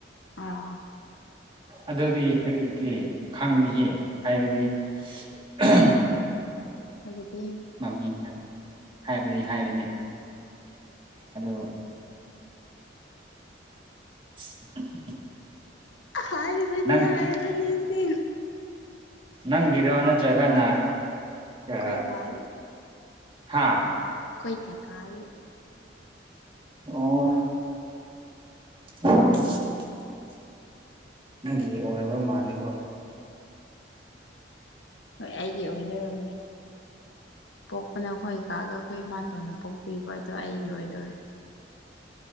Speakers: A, on the left; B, on the right.
A: ꯑꯥ꯫
B: ꯑꯗꯨꯗꯤ ꯀꯔꯤꯒꯤ ꯈꯪꯗꯦꯍꯦ ꯍꯥꯏꯕꯗꯤ꯫ <unintelligible>
A: ꯍꯥꯏꯕꯗꯤ꯫
B: ꯃꯃꯤꯡ ꯍꯥꯏꯕꯗꯤ ꯍꯥꯏꯕꯅꯤ ꯑꯗꯨ <unintelligible>
A: ꯍꯥꯏꯕꯗꯤ
B: ꯅꯪ
A: ꯍꯥꯏꯕꯅꯤꯗꯤ꯫
B: ꯅꯪꯒꯤꯔꯣ ꯅꯠꯇ꯭ꯔꯒꯅ
A: ꯑꯩꯈꯣꯏ
B: ꯑ
A: ꯀꯥꯒꯤ
B: ꯍꯥꯥ꯫
A: ꯈꯣꯏ ꯀꯛꯀꯥꯒꯤ꯫
B: ꯑꯣ꯫ <unintelligible> ꯅꯪꯒꯤ ꯑꯣꯏꯔꯕ ꯃꯥꯜꯂꯤꯀꯣ꯫
A: ꯍꯣꯏ ꯑꯩꯒꯤ ꯑꯣꯏꯗꯣꯔꯕꯅꯦ ꯄꯣꯛ ꯄꯅ ꯑꯩꯈꯣꯏ ꯀꯥꯒ ꯑꯩꯈꯣꯏ ꯃꯥꯇꯣꯟꯅ ꯄꯣꯛꯄꯤꯕ ꯑꯗꯣ ꯑꯩꯒꯤ ꯑꯣꯏꯗꯣꯔꯦ꯫